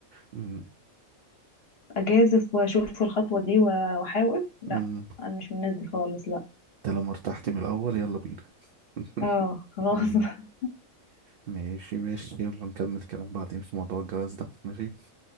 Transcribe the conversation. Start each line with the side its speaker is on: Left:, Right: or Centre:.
Right: مم.
Left: اجازف واشوف الخطوه دي و- واحاول لا
Right: مم.
Left: انا مش من الناس دي خالص لا
Right: انت لما ارتحت من الاول يلا بينا <laughs>
Left: اه خلاص
Right: مم.
Left: <laughs>
Right: ماشي ماشي يلا نكمل كلام بعدين في موضوع الجواز ده ماشي